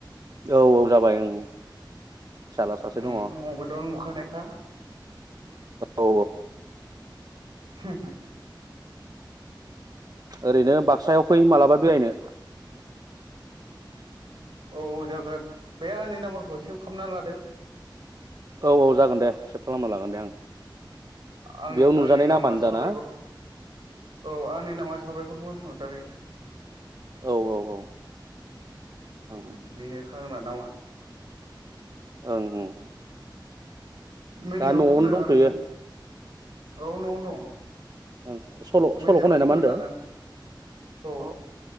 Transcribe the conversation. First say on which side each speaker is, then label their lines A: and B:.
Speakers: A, on the right; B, on the right.
A: औ औ जाबाय ओं। फिसाला सासे दङ
B: उम
A: औ
B: मबाइलावनो नुखानायखा।
A: औ
B: <unintelligible>
A: ओरैनो बाक्सायाव फै मालाबा बेरायनो।
B: औ जागोन बे आंनि नाम्बारखौ सेभ खालामना लादो।
A: औ औ जागोन दे सेभ खालामना लागोन दे आं।
B: आं
A: बेयाव नुजानाय
B: आंनि नामा
A: नामानो
B: साबायखर
A: दाना
B: औ आंनि नामा साबायखर बसुम थारि।
A: औ औ औ। ओं
B: ओम बिनो। खालामना नामा।
A: ओं ओं।
B: मेथाइबो
A: दा न'आवनो
B: खनो
A: दंथ'यो
B: ना नोङो? औ न'आव दं।
A: ओ सल'
B: मेथाइबो
A: सल' खनाय
B: खनो
A: ना मा होनदों
B: नों औ